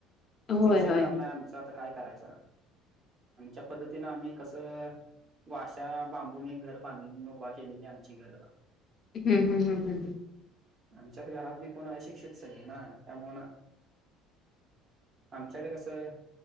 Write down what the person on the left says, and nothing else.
होय
होय
हम्म हम्म हम्म हम्म हम्म.